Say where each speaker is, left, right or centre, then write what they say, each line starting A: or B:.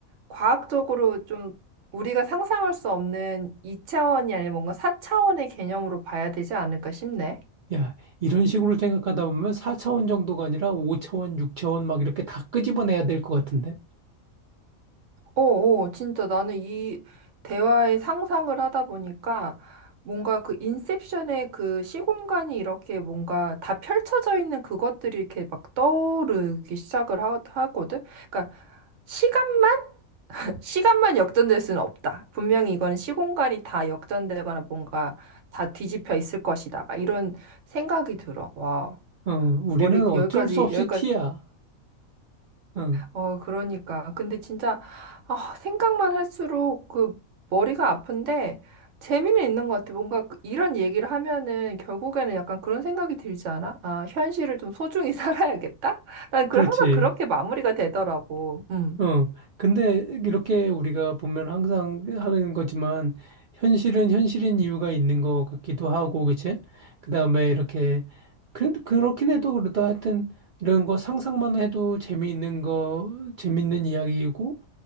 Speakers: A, on the right; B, on the right.
A: 과학적으로 좀 우리가 상상할 수 없는 이차원이 아니라 뭔가 사차원의 개념으로 봐야 되지 않을까 싶네.
B: 야 이런 식으로 생각하다 보면 4차원 정도가 아니라 5차원, 6차원 막 이렇게 다 끄집어내야 될 것 같은데.
A: 어, 어, 진짜 나는 이 대화의 상상을 하다 보니까 뭔가 그 인셉션의 그 시공간이 이렇게 뭔가 다 펼쳐져 있는 그것들이 이렇게 막 떠오르기 시작을 하, 하거든. 그러니까 시간만 <laughs> 시간만 역전될 수는 없다. 분명히 이거는 시공간이 다 역전되거나 뭔가 다 뒤집혀 있을 것이다. 막 이런 생각이 들어. 와,
B: 어, 우리는
A: 머리
B: 어쩔
A: 여기까지
B: 수 없이
A: 여기까지
B: T야. 어,
A: 어, 그러니까. 근데 진짜, 아, 생각만 할수록 그 머리가 아픈데 재미는 있는 것 같아. 뭔가 그- 이런 얘기를 하면은 결국에는 약간 그런 생각이 들지 않아? 아, 현실을 좀 소중히 <laughs> 살아야겠다? 난
B: 그렇지.
A: 그, 항상 그렇게 마무리가 되더라고. 음.
B: 어, 근데 이렇게 우리가 보면 항상 하는 거지만 현실은 현실인 이유가 있는 것 같기도 하고, 그치? 그다음에 이렇게 그, 그렇긴 해도 그렇다 하여튼 이런 거 상상만 해도 재미있는 거 재밌는 이야기이고